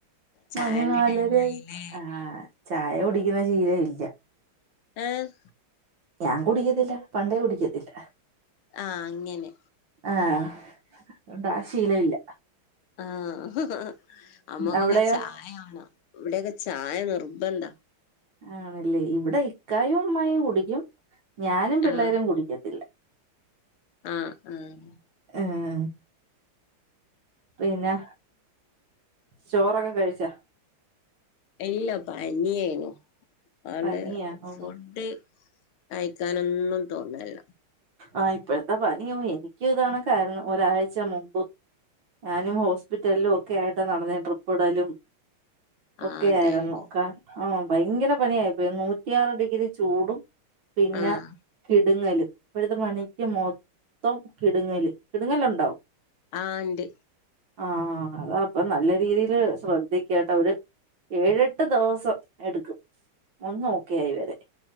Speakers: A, on the left; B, on the right.
A: ചായന്റെ
B: മണി നാലരായി
A: ടൈമായില്ലേ
B: ആഹ് ചായ കുടിക്കുന്ന ശീലം ഇല്ല
A: ഏഹ്
B: ഞാൻ കുടിക്കത്തില്ല പണ്ടേ കുടിക്കത്തില്ല
A: ആഹ് അങ്ങനെ
B: ആഹ് അതുകൊണ്ട് ആ ശീലവില്ല
A: ആഹ് അമ്മക്കൊക്കെ
B: അവിടെയോ
A: ചായ വാണം ഇവിടെയൊക്കെ ചായ നിർബന്ധാ
B: ആണല്ലേ ഇവിടെ ഇക്കായും ഉമ്മായും കുടിക്കും ഞാനും പിള്ളേരും
A: ആഹ്
B: കുടിക്കത്തില്ല
A: ആഹ് ആഹ്
B: ആഹ് പിന്നെ ചോറൊക്കെ കഴിച്ചാ
A: ഇല്ല പനിയേനു അതോണ്ട്
B: പനിയാ ഓ
A: ഫുഡ് കഴിക്കാനൊന്നും തോന്നല്ല
B: ആ ഇപ്പോഴത്തെ പനിയോ എനിക്കും ഇത് കണക്കാരുന്നു ഒരാഴ്ച മുമ്പ് ഞാനും ഹോസ്പിറ്റലിലും ഒക്കെ ആയിട്ട് നടന്നെ ട്രിപ്പ് ഇടലും
A: ആഹ്
B: ഒക്കെ
A: അതന്നെ
B: ആയിരുന്നു ക ആഹ് ഭയങ്കര പനിയായിപ്പോയി നൂറ്റിയാറ് ഡിഗ്രി ചൂടും പിന്നെ
A: ആഹ്
B: കിടുങ്ങലും ഇപ്പഴത്തെ പനിക്ക് മൊത്തം കിടുങ്ങല് കിടുങ്ങൽ ഉണ്ടോ
A: ആഹ് ഉണ്ട്
B: ആഹ് അത അപ്പ നല്ല രീതിയില് ശ്രദ്ധിക്കുക കേട്ട ഒര് ഏഴ് ഏട്ട്ദിവസം എടുക്കും ഒന്ന് ഓക്കെയായി വരാൻ